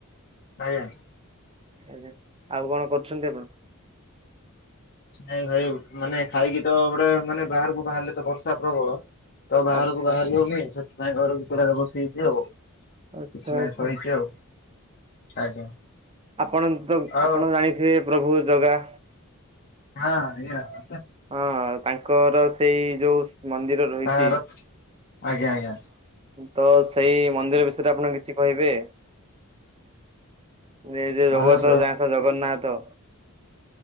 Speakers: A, on the left (about 45°); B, on the right (about 25°).
A: <inaudible>
B: ସେ ଆଉ କଣ କରୁଛନ୍ତି ଆପଣ?
A: ନାଇଁ ଭାଇ ମାନେ ଖାଇକି ତ ଗୋଟେ ମାନେ ବାହାରକୁ ବାହାରିଲେ ତ ବର୍ଷା ପ୍ରବଳ ତ ବାହାରକୁ
B: ଆଚ୍ଛା।
A: ବାହାରି ହୋଉନି ସେଥିପାଇଁ ଘର ଭିତରେ ବସି ହେଇଚି ଆଉ। କିଛି
B: ଆଚ୍ଛା ଆଚ୍ଛା
A: ନାହିଁ <unintelligible> ଆଉ ଆଜ୍ଞା।
B: ଆପଣ ତ
A: ଆଉ
B: ଆପଣ ଜାଣିଥିବେ ପ୍ରଭୁ ଜଗା।
A: ହଁ ଆଇ
B: ହଁ ତାଙ୍କର ସେଇ ଯୋଉ ମନ୍ଦିର ରହିଚି।
A: ତାର ଆଜ୍ଞା ଆଜ୍ଞା।
B: ତ ସେଇ ମନ୍ଦିର ବିଷୟରେ ଆପଣ କିଛି କହିବେ। ଏ ଯେ ଜଗତଥ
A: ଭଲ
B: ଯା ଜଗନ୍ନାଥ।